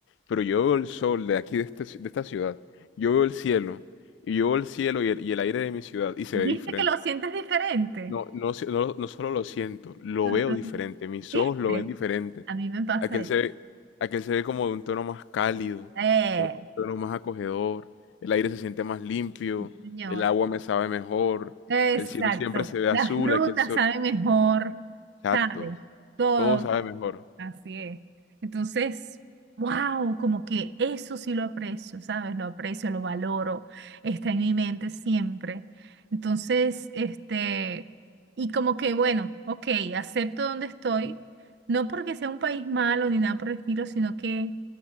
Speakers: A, on the left; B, on the right.
A: Pero yo veo el sol de aquí, de, este ci- de esta ciudad. Yo veo el cielo. Y yo veo el cielo y el, y el aire de mi ciudad. Y se
B: ¿Viste
A: ve diferente.
B: que lo sientes diferente?
A: No, no, se- no, no solo lo siento, lo
B: Ajá.
A: veo diferente. Mis
B: ¿Viste?
A: ojos lo ven diferente.
B: A mí me pasa
A: Aquel
B: eso.
A: se ve, aquel se ve como de un tono más cálido,
B: Eh,
A: como de un tono más acogedor. El aire se siente más limpio.
B: señor.
A: El agua me sabe mejor.
B: Exacto.
A: El cielo siempre se ve
B: Las
A: azul.
B: frutas
A: Aquel sol.
B: saben mejor,
A: Exacto.
B: ¿sabes? Todo.
A: Todo sabe mejor.
B: Así es. Entonces, wow, como que eso sí lo aprecio, ¿sabes? Lo aprecio, lo valoro, está en mi mente siempre. Entonces, este, y como que, bueno, ok, acepto donde estoy, no porque sea un país malo ni nada por el estilo, sino que